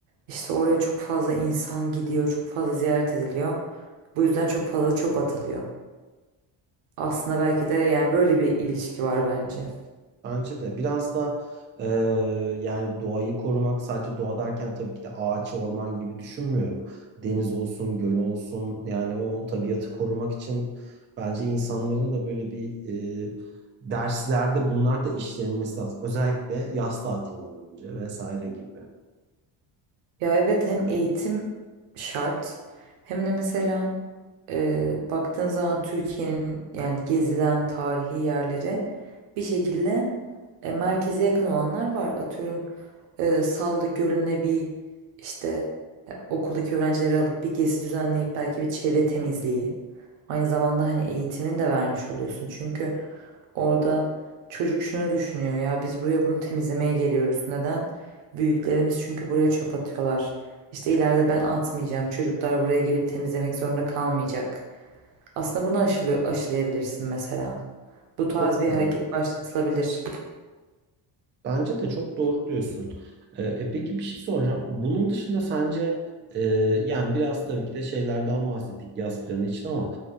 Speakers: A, on the right; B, on the right.
A: işte oraya çok fazla insan gidiyor, çok fazla ziyaret ediliyor. Bu yüzden çok fazla çöp atılıyor. Aslında belki de yani böyle bir ilişki var bence.
B: Bence de biraz da e, yani doğayı korumak sadece doğa derken tabii ki de ağaç, orman gibi düşünmüyorum. Deniz olsun, göl olsun yani o tabiatı korumak için bence insanların da böyle bir e, derslerde bunlar da işlenilmesi lazım. Özellikle yaz tatilinden önce vesaire gibi.
A: Ya evet hem eğitim şart hem de mesela e, baktığın zaman Türkiye'nin yani gezilen tarihi yerleri bir şekilde e, merkeze yakın olanlar var. Atıyorum e, Sallı Gölü'ne bir işte e, okuldaki öğrencileri alıp bir gezi düzenleyip belki bir çevre temizliği. Aynı zamanda hani eğitimini de vermiş oluyorsun. Çünkü orada çocuk şunu düşünüyor ya biz buraya bunu temizlemeye geliyoruz. Neden? Büyüklerimiz çünkü buraya çöp atıyorlar. İşte ileride ben atmayacağım. Çocuklar buraya gelip temizlemek zorunda kalmayacak. Aslında bunu aşılıyor, aşılayabilirsin mesela. Bu tarz
B: Çok
A: bir
B: doğru.
A: hareket başlatılabilir.
B: Bence de çok doğru diyorsun. Ee, e, peki bir şey soracağım. Bunun dışında sence e, yani biraz tabii ki de şeylerden bahsettik yaz planı için ama